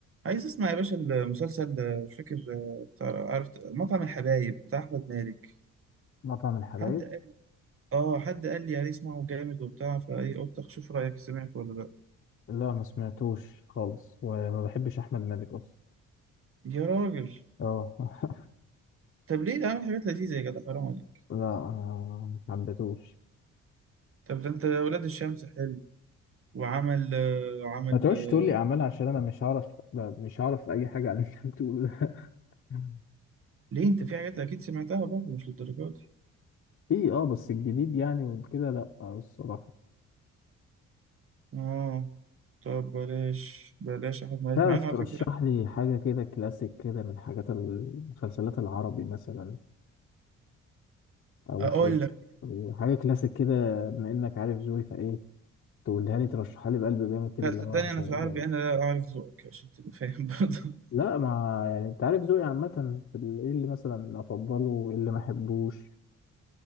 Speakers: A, on the right; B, on the left.
A: عايز اسمع يا باشا المسلسل ده، مش فاكر آه، بتاع- عرفت مطعم الحبايب بتاع احمد مالك
B: مطعم الحبايب
A: حد قال اه حد قال لي عليه اسمعه جامد وبتاع فايه قلت اشوف رايك سمعت ولا لا
B: لا ما سمعتوش خالص وما بحبش احمد مالك اصلا
A: يا راجل
B: اه <laughs>
A: طب ليه ده عامل حاجات لذيذه يا جدع حرام عليك
B: لا آه، ما حبيتوش
A: طب ده انت ولاد الشمس حلو وعمل آه، عمل
B: ما تقعدش
A: آه،
B: تقول لي اعمال عشان انا مش هعرف لا، مش هعرف اي حاجه عن اللي انت بتقوله ده <laughs>
A: ليه انت في حاجات اكيد سمعتها برضه مش للدرجه دي
B: في اه بس الجديد يعني وكده لا آه، الصراحه
A: اه طب بلاش بلاش احمد مالك
B: تعرف
A: مع انه
B: ترشح
A: على فكره
B: لي حاجه كده كلاسيك كده من حاجات المسلسلات العربي مثلا او
A: اقول
B: فيلم
A: لك
B: حاجه كلاسيك كده بما انك عارف ذوقي فايه تقولها لي ترشحها لي بقلب جامد كده
A: لا
B: اللي
A: صدقني
B: هو
A: انا
B: جامد
A: في العربي انا لا اعرف ذوقك عشان تبقى فاهم برضه
B: لا ما يعني انت عارف ذوقي عامة في ال- ايه اللي مثلا افضله وايه اللي ما احبوش